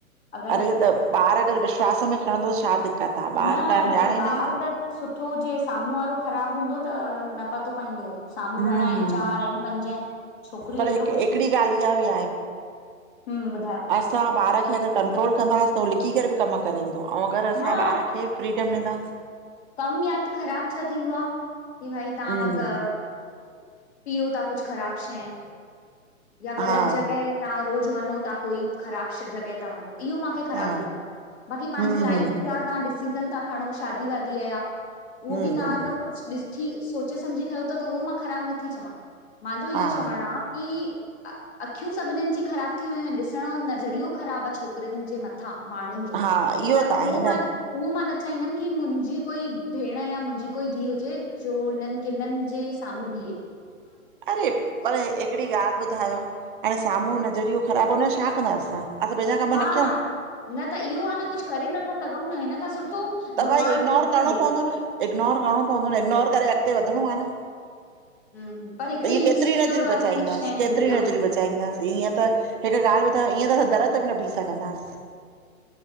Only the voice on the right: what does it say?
अरे त, ॿारु अगर विश्वास में खणंदो त छा दिक़त आ, ॿारु
करणु
ॼाणे
न।
हम्म
हम्म
पर
हिकु
हिकिड़ी ॻाल्हि इहा बि
तहां ॿार खे अगर कंट्रोल कंदास हो लिकि करे बी कमु करे ईंदो, अऊं अगर असां
ॿार खे फ्रीडम ॾींदासीं
हम्म
हा
हा
हम्म हम्म
हम्म
हा
हा इहो
आहे
न
अरे! पर हिकिड़ी ॻाल्हि ॿुधायो? हाणे, साम्हूं
जो नज़रियो ख़राब हुनजो, छा कंदा असां। असां पंहिंजा कम
न कयूं?
त
भई इग्नोर
करिणो
इग्नोर करणो पवंदो, न इग्नोर करे अॻिते वधणो आ न।
त इहे
केतिरियूं नज़रियूं बचाईंदासी,
केतिरियूं
नज़रियूं बचाईंदासीं ईअं त हिक ॻाल्हि ॿुधायो, ईअं त असां दर ते भी न बी सघंदासीं।